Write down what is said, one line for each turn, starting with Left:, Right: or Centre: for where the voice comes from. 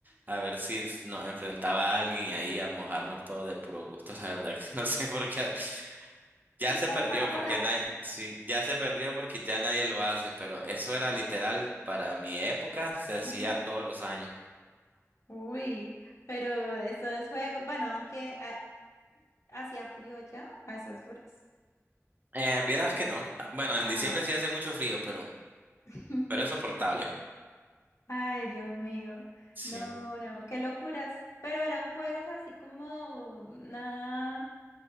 Right: a ver si nos enfrentaba a alguien y ahí a mojarnos todos de puro gusto, <laughs> la verdad que no sé por qué ya se
Left: Ya
Right: perdió
Left: hasta ahora.
Right: porque nadie, sí, ya se perdió porque ya nadie lo hace, pero eso era literal para mi época, se hacía
Left: Ujú.
Right: todos los años.
Left: Uy, pero esos juegos, bueno, aunque ha- hacía frío ya a esas horas.
Right: Eh, vieras que no. Ah, Bueno, en
Left: Ah,
Right: diciembre
Left: bueno.
Right: sí hace mucho frío, pero,
Left: <laughs>
Right: pero es soportable.
Left: Ay, Dios mío.
Right: Sí.
Left: No, no, qué locuras. Pero eran juegos así como nada,